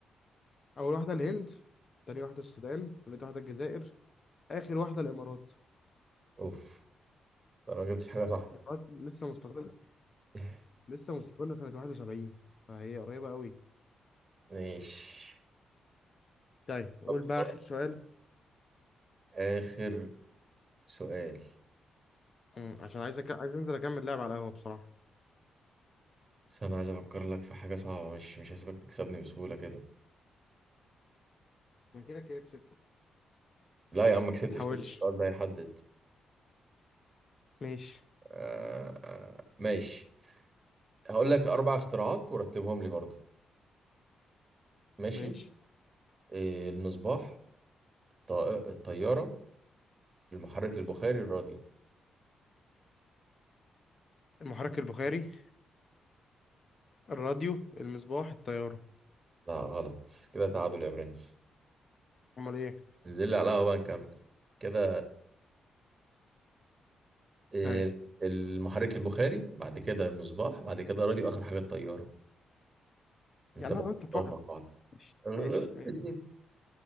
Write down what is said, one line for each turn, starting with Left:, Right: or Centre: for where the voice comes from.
Left: أول واحدة الهند تاني واحدة السودان تالت واحدة الجزائر آخر واحدة الإمارات
Right: اوف ده انا ما جبتش حاجه صح
Left: الإمارات لسه مستقلة
Right: <laughs>
Left: لسه مستقلة سنة 71 فهي قريبة قوي
Right: ماشي
Left: طيب قول
Right: طب
Left: بقى
Right: خلاص.
Left: آخر سؤال
Right: آخر سؤال
Left: مم. عشان عايز أك... عايز انزل اكمل لعب على القهوه بصراحه
Right: بس أنا عايز أفكر لك في حاجة صعبة مش مش هسيبك تكسبني بسهولة كده
Left: ما كده كده كسبت
Right: لا يا عم ما كسبتش
Left: ما تحاولش
Right: لسه السؤال ده هيحدد
Left: ماشي
Right: آه آه ماشي هقول لك أربع اختراعات ورتبهم لي برضو ماشي
Left: ماشي
Right: إيه، المصباح الط- الطيارة المحرك البخاري الراديو
Left: المحرك البخاري الراديو المصباح الطياره
Right: لا غلط كده تعادل يا برنس
Left: امال ايه
Right: انزل لي على القهوة بقى نكمل كده إيه،
Left: طيب
Right: المحرك البخاري بعد كده المصباح بعد كده راديو آخر حاجة الطيارة انت
Left: يعني
Right: بدأتهم
Left: انا غلطت في واحد
Right: مع بعض
Left: ماشي
Right: غلط
Left: ماشي ماشي
Right: الاتنين.